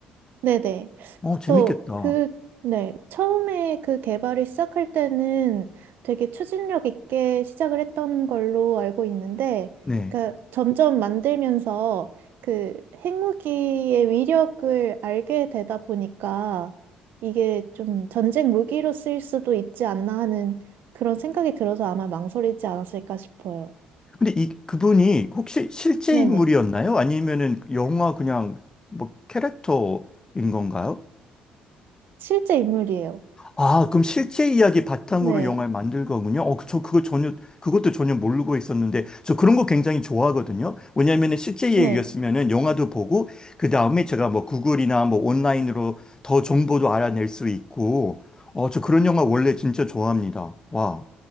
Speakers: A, on the right (about 60°); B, on the left (about 20°).
A: 네네.
B: 어,
A: 그래서
B: 재밌겠다.
A: 그, 네. 처음에 그 개발을 시작할 때는 되게 추진력 있게 시작을 했던 걸로 알고 있는데,
B: 네.
A: 그러니까 점점 만들면서 그 핵무기의 위력을 알게 되다 보니까 이게 좀 전쟁 무기로 쓰일 수도 있지 않나 하는 그런 생각이 들어서 아마 망설이지 않았을까 싶어요.
B: 근데 이, 그분이 혹시 실제
A: 네네.
B: 인물이었나요? 아니면은 영화 그냥 뭐 캐릭터인 건가요?
A: 실제 인물이에요.
B: 아, 그럼 실제 이야기 바탕으로
A: 네.
B: 영화를 만들 거군요. 어, 저 그거 전혀, 그것도 전혀 모르고 있었는데, 저 그런 거 굉장히 좋아하거든요. 왜냐면은 실제 이야기였으면은
A: 네.
B: 영화도 보고, 그 다음에 제가 뭐 구글이나 뭐 온라인으로 더 정보도 알아낼 수 있고, 어, 저 그런 영화 원래 진짜 좋아합니다. 와,